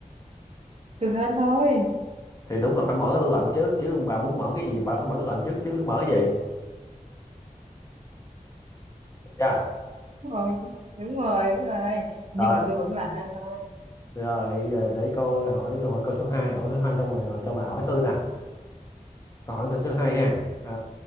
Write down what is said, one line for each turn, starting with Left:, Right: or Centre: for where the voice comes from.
Right: tôi hên thôi
Left: thì đúng là phải mở cái tủ lạnh trước chứ bà muốn mở cái gì bà phải mở tủ lạnh trước chứ mở cái gì dạ
Right: đúng rồi đúng rồi đúng rồi nhưng
Left: Rồi
Right: mà tôi vẫn là hên thôi
Left: Rồi giờ để coi hỏi tôi hỏi câu số hai hỏi số 2 xong rồi, hỏi cho bà hỏi tôi nè. Câu hỏi câu số 2 ha. À,